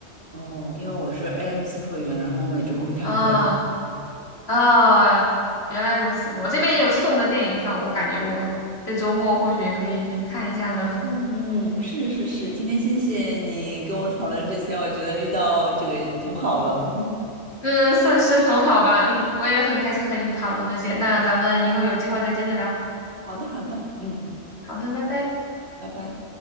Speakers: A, on the right (about 55°); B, on the left (about 70°).
A: 哦，因为我是 AMC 会员，然后我每周会看很多电影。
B: <laughs> 啊啊，原来如此，我这边也有送的电影票，我感觉我这周末或许也可以去看一下呢。
A: 嗯嗯，是是是，今天谢谢你跟我讨论这些，我觉得遇到这个同好了。<laughs>
B: 嗯，算是同好吧，嗯，我也很开心和你讨论这些，那咱们以后有机会再接着聊。
A: 好的好的，嗯，
B: 好的，拜拜。
A: 拜拜。